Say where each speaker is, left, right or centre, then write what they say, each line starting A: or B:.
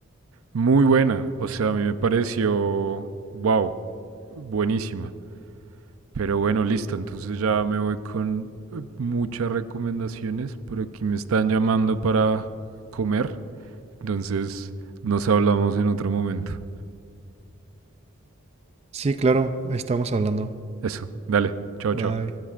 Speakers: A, on the right; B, on the right.
A: Muy buena, o sea, a mí me pareció, wow, buenísima. Pero bueno, listo, entonces ya me voy con eh, muchas recomendaciones, por aquí me están llamando para comer, entonces nos hablamos en otro momento.
B: Sí, claro, ahí estamos hablando.
A: Eso, dale, chao, chao.
B: Bye.